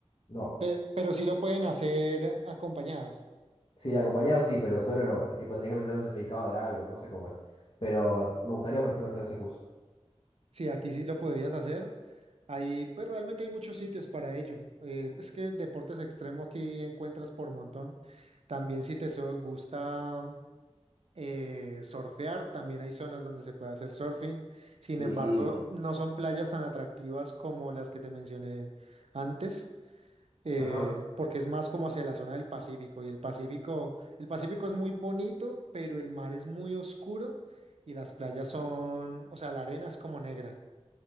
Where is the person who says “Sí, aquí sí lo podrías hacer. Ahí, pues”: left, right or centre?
Right